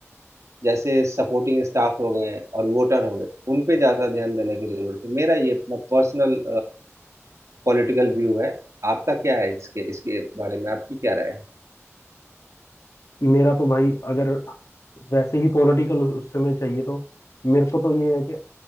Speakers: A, on the right; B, on the left.
A: जैसे सपोर्टिंग स्टाफ हो गए और वोटर हो गए उन पे ज्यादा ध्यान देने की जरूरत है मेरा ये अपना पर्सनल पॉलिटिकल व्यू है आपका क्या है इसके इसके बारे में आपकी क्या राय है
B: मेरा तो भाई अगर वैसे ही पॉलिटिकल उस समय चाहिए तो मेरे को तो ये है कि